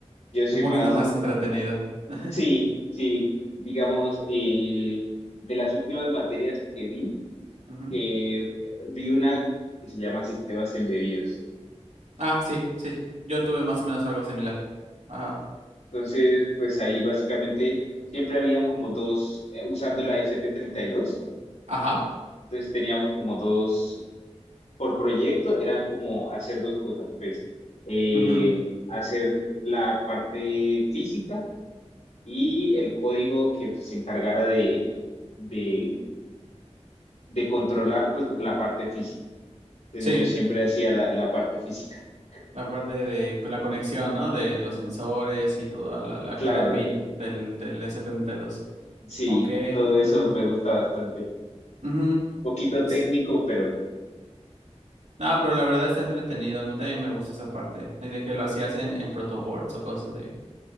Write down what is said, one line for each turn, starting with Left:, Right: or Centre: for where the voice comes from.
Left: Yo soy
Right: Un poquito
Left: más,
Right: más entretenido. <laughs>
Left: sí, sí, digamos, eh, de las últimas materias que vi,
Right: Ujú.
Left: que eh, vi una que se llama Sistemas Embebidos.
Right: Ah, sí, sí. Yo tuve más o menos algo similar. Ajá.
Left: Entonces, pues ahí básicamente siempre habían como dos, eh, usando la SP32,
Right: Ajá.
Left: entonces teníamos como dos, por proyecto eran como hacer dos cosas, pues eh,
Right: Ujú,
Left: hacer la parte física y el código que pues, se encargara de, de, de controlar pues la parte física. Entonces
Right: Sí,
Left: yo siempre hacía la, la parte física. <laughs>
Right: la parte de co- la conexión, ¿no? De los sensores y toda la, la-
Left: Claro,
Right: cada pin del, del S72.
Left: sí,
Right: Ok.
Left: todo eso
Right: ujú,
Left: me gusta bastante.
Right: ujú,
Left: poquito
Right: as-
Left: técnico, pero
Right: No, pero la verdad está entretenido. A mí también me gusta esa parte. Y de que lo hacías en, en protoboards o cosas así.